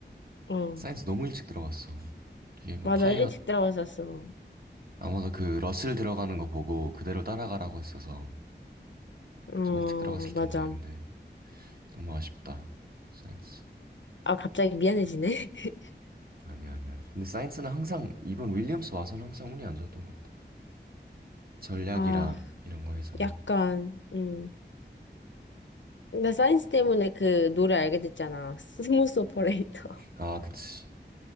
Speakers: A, on the left; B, on the right.
A: 어
B: 사이언스 너무 일찍 들어갔어. 그게 뭐
A: 맞아
B: 타이어
A: 일찍 들어갔었어.
B: 아마도 그 러셀 들어가는 거 보고 그대로 따라가라고 했어서
A: 어
B: 좀 일찍 들어갔을 텐데
A: 맞아.
B: 근데 너무 아쉽다. 사이언스
A: 아 갑자기 미안해지네. <laughs>
B: 아니야 아니야. 근데 사이언스는 항상 이번 윌리엄스 와서는 항상 운이 안 좋았던 것 같아. 전략이랑
A: 아
B: 이런 거에서는
A: 약간 음. 나 사인스 때문에 그 노래 알게 됐잖아. 스무스 오퍼레이터.
B: 아 그치.